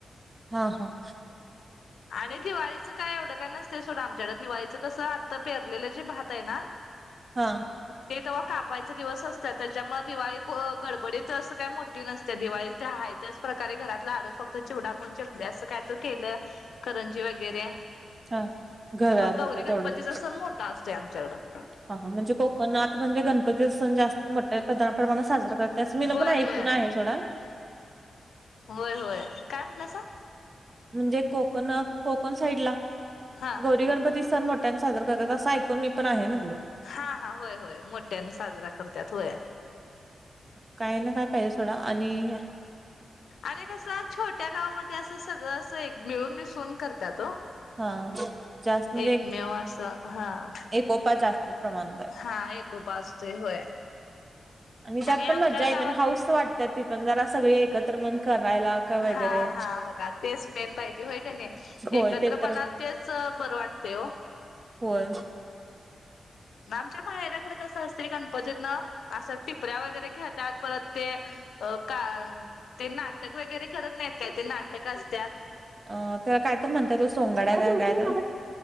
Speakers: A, on the right; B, on the left.
A: हं हं.
B: आणि दिवाळीचं काय एवढं काय नसतंय सोडं आमच्याकड. दिवाळीचं कसं आत्ता पेरलेले जे भात आहे ना
A: हं,
B: ते तेव्हा कापायचे दिवस असतात. त्याच्यामुळे दिवाळी को गडबडीत असं काही मोठी नसते दिवाळी. ते आहे त्याच प्रकारे घरातला लाडू फक्त चिवडा कोण चकल्या असं काय तर केलं, करंजी वगैरे.
A: हा घरापुरतं
B: फक् गौरी गणपतीचा
A: तेवढंच
B: सण मोठा असतोय आमच्याकडं.
A: हं हं. म्हणजे कोकणात म्हणजे गणपतीचा सण जास्त मोठया प्रदा प्रमाणात साजरा करतात असं मी
B: होय
A: पण ऐकून
B: होय
A: आहे सोडा.
B: होय होय. काय म्हटलं सा?
A: म्हणजे कोकण कोकण साईडला
B: हा
A: गौरी गणपतीचा सण मोठ ट्यानं साजरा करतात असं ऐकून मी पण आहे म्हणलो.
B: हा हा, होय होय. मोठ्याने साजरा करतात होय.
A: काय ना काय पाहिजे सोडा. आणि अं
B: आणि कसं? छोट्या गावामध्ये असं सगळं अस एक मिळून मिसून करत्यात ओ.
A: हां, जास्त म्हणजे,
B: एकमेव असं हा
A: एकोपा जास्त प्रमाण आहे.
B: हा एकोपा असतोय होय.
A: आणि त्यात पण
B: आमच्या
A: मजा येते
B: गावात
A: आणि हाऊस वाटतात ती पण जरा सगळे एकत्र मिळून करायला. का वगैरे
B: हा हा बघा. तेच मेन पाहिजे. होय का नाही?
A: होय
B: एकत्रपणात
A: ते तर
B: तेच बर वाटते ओ.
A: होय.
B: आमच्या पायऱ्याकड कसं असते? गण पतीत ना, असं टिपऱ्या वगैरे खेळत्यात परत ते अ का ते नाटक वगैरे करत नाहीत काय? ते नाटक असतात.
A: अं त्याला काय तर म्हणतात ओ, सोंगाड्या काय काय तर.